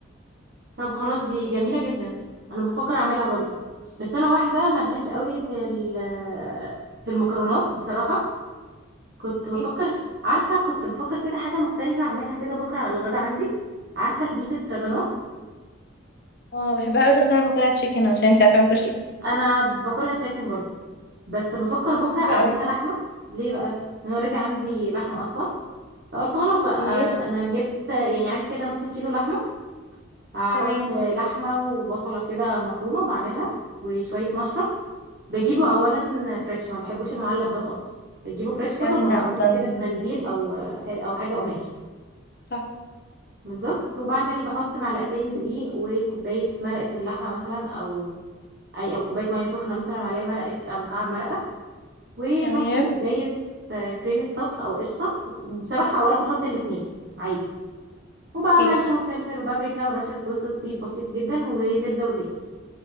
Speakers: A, on the right; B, on the left.
A: طب خلاص دي جميلة جدا انا بفكر اعملها برضو بس انا واحدة ملهاش قوي في ال- في المكرونات بصراحة كنت
B: أوكي.
A: بفكر عارفة كنت بفكر كده حاجة مختلفة اعملها كده بكرة على الغدا عندي عارفة البيف استراجانوف
B: اه بحبها قوي بس انا باكلها تشيكن عشان انت عارفه ما باكلش الاكل
A: انا باكلها تشيكن برضو بس بفكر بكرة اعملها
B: حلو قوي
A: لحمة ليه بقى انا اوريدي عندي لحمة اصلا فقلت خلاص بقى
B: اوكي
A: انا جبت يعني عندي كده نص كيلو لحمة هحط
B: تمام
A: لحمة وبصلة كده مفرومة بعملها وشوية مشروم بجيبه اولا فريش ما بحبوش المعلب ده خالص بجيبه فريش كده
B: ولا
A: وبنضفه
B: انا اصلا
A: كده بمنديل او او حاجه قماش
B: صح
A: بالظبط وبعمل بحط معلقتين دقيق وكوبايه مرقه اللحمه مثلا او اي او كوبايه ميه سخنه مثلا وعليها مرقه او مكعب مرقه ونص
B: تمام
A: كوبايه آه، كريمه طبخ او قشطه بصراحه اوقات بحط الاتنين عادي وبقى
B: اوكي
A: ملح وفلفل وبابريكا ورشه جوز الطيب بسيط جدا وزبده وزيت